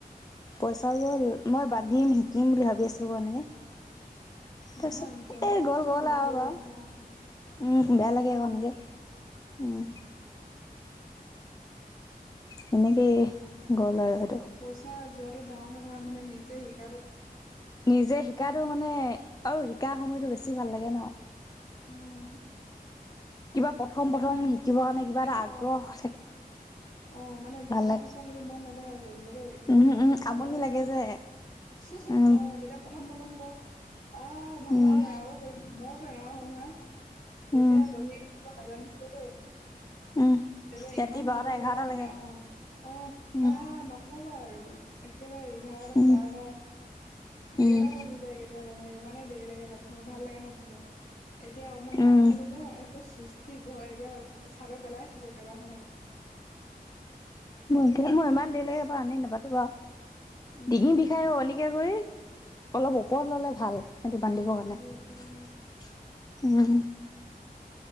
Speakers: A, on the left; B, on the left.
A: পইচাও গ'ল। মই বাটিম, শিকিম বুলি ভাবি আছিলো মানে।
B: নহয়
A: তাৰছত
B: জনা
A: এই
B: বস্তুটো
A: গ'ল গ'ল
B: নিজে
A: আৰু বাও।
B: অ
A: উম,
B: সেইটোৱে
A: বেয়া
B: আৰু
A: লাগে আক' এনেকে, উম। তেনেকেই গ'ল আৰু সেইটো।
B: পইচা যোৱাটো ডাঙৰ কথা নহয়। মানে নিজে শিক
A: নিজে শিকাতো মানে আৰু শিকা সময়টো বেছি ভাল লাগে ন
B: উম
A: কিবা প্ৰথম প্ৰথম
B: মানে
A: শিকিবৰ কাৰণে কিবা
B: এন
A: এটা আগ্ৰহ
B: অ,
A: থাকে
B: অ মানে জনাৰ
A: ভাল লাগে
B: পিছত হে টো মন নাযায় আৰু কৰিবলে দেই কিন্তু
A: উম
B: ন
A: উম
B: নাজানোতে
A: আমনি লাগে যে
B: মানে অ হ হ
A: উম
B: অ যেতিয়া প্ৰথম প্ৰথম বও আহ ভাল
A: উম
B: লাগে আৰু মই টো এনেকুৱা হল নহয় যেতিয়া
A: উম
B: দহি গুঁঠিব নাজানিছিলো দেই
A: উম।
B: তেতিয়া
A: ৰাতি
B: ইমান
A: বাৰটা
B: ভাল
A: এঘাৰটালৈকে।
B: লাগে মানে আহ অ আহ
A: উম,
B: নকবা আৰু একেবাৰে এঘাৰটা
A: উম,
B: বাৰটা ডেৰটা
A: উম,
B: বাজি জ যাই কেতিয়াবা মোৰ ইমানেই দেৰি লাগে বাতি থাকো ভাল লাগে ন তেতিয়া, এতিয়া অকমান জানা
A: উম,
B: হলো যে চুস্তি ঘৰ এতিয়া চাদৰ পেলাই থৈছো কেইবাখনো
A: মই মই ইমান দেৰিলৈকে বাৰ আনি নাবাতোবা
B: উম
A: ডিঙি বিষাই অ এনকে কৰি অলপ ওপৰত ললে ভাল সেইটো বান্ধিবৰ কাৰণে
B: সেইটোৱে অ
A: উম